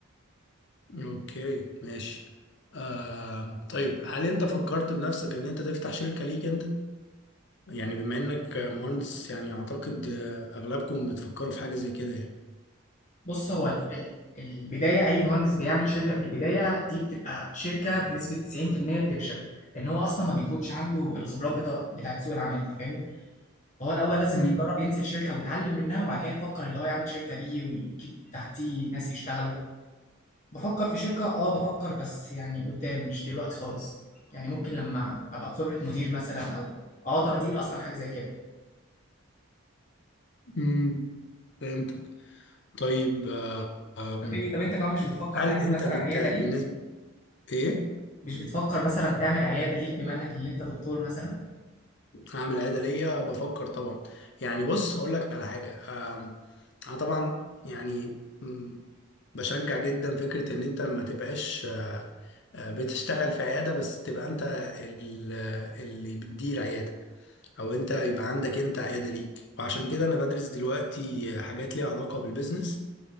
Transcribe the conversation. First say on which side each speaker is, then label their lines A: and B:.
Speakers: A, on the left; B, on the left.
A: اوكي ماشي آه طيب هل انت فكرت بنفسك ان انت تفتح شركة ليك انت يعني بما انك مهندس يعني اعتقد آه، اغلبكم بتفكروا في حاجة زي كده
B: بص هو الف- ال- البداية أي مهندس بيعمل شركة في البداية دي بتبقى شركة بنسبة 90% بتفشل لأن هو أصلا ما بيكونش عنده الخبرات بتاع بتاعت سوق العمل أنت فاهمني فهو الأول لازم
A: يعني
B: يجرب ينزل شركة ويتعلم منها وبعد كده يفكر اللي هو يعمل شركة ليه ويجيب تحتيه ناس يشتغلوا بفكر في شركة اه بفكر بس يعني قدام مش دلوقتي خالص يعني ممكن لما ابقى خبرة مدير مثلا او اقدر ادير اصلا حاجة زي كده
A: امم فهمتك طيب آه، آم،
B: طب ايه طب انت كمان مش بتفكر
A: هل
B: تعمل
A: انت
B: مثلا
A: بت...
B: عيادة
A: بالنسبه
B: ليك
A: ايه
B: مش بتفكر مثلا تعمل عيادة ليك بما انك اللي انت دكتور مثلا
A: هعمل عاده ليا بفكر طبعا يعني بص هقول لك على حاجه آم، انا طبعا يعني مم، بشجع جدا فكره ان انت ما تبقاش آه، آه، بتشتغل في عياده بس تبقى انت ال- آه، اللي بتدير عياده او انت يبقى عندك انت عياده ليك وعشان كده انا بدرس دلوقتي حاجات ليها علاقه بالبيزنس